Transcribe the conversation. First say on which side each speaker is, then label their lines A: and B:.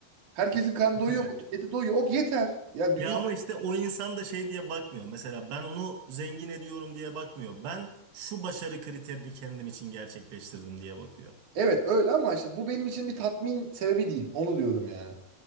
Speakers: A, on the right; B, on the right.
A: Herkesin karnı doyuyor
B: Evet.
A: mu? Şirketi doyuyor. Ok yeter. Yani
B: ya
A: dünya
B: ama işte o insan da şey diye bakmıyor. Mesela ben onu zengin ediyorum diye bakmıyor. Ben şu başarı kriterini kendim için gerçekleştirdim diye bakıyor.
A: Evet öyle ama işte bu benim için bir tatmin sebebi değil. Onu diyorum yani.